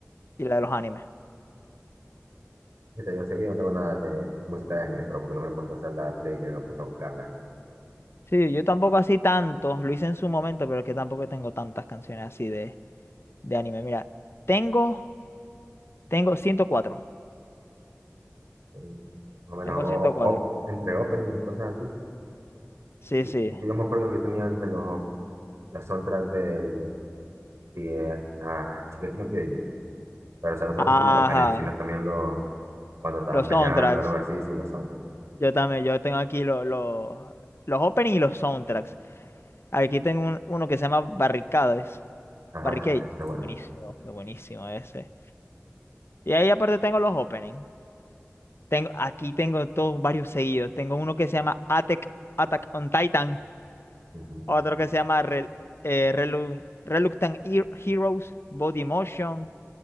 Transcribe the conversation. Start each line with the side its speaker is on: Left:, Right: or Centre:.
Left: Y la de los animes.
Right: Fíjate, Yo sé que yo no tengo nada de música de anime, pero porque no me he puesto a hacer la playlist, no me he puesto a buscarla.
Left: Sí, yo tampoco así tanto. Lo hice en su momento, pero es que tampoco tengo tantas canciones así de, de anime. Mira, tengo, tengo ciento cuatro
Right: Mm, Más o menos,
Left: Tengo
Right: o-
Left: ciento cuatro
Right: o- o- entre opening, cosas así.
Left: Sí,
Right: Yo,
Left: sí.
Right: yo me acuerdo que yo tenía entre los, las soundtracks del, de, ah, Shingeki no Kyojin. Pero, o sea, no solamente
Left: Ajá.
Right: los openings, sino también los cuando estaban
Left: Los
Right: peleando,
Left: soundtracks.
Right: algo así, sí, lo son.
Left: Yo también, yo tengo aquí lo- lo- los openings y los soundtracks. Aquí tengo un- uno que se llama Barricades.
Right: Ajá,
Left: Barricades.
Right: está bueno.
Left: Es buenísimo, es buenísimo ese. Y ahí aparte tengo los openings. Tengo, aquí tengo todos varios seguidos. Tengo uno que se llama Attack, Attack on Titan.
Right: Ujú.
Left: Otro que se llama Rel- eh, Relu- Reluctant Hero- Heroes, Body Motion,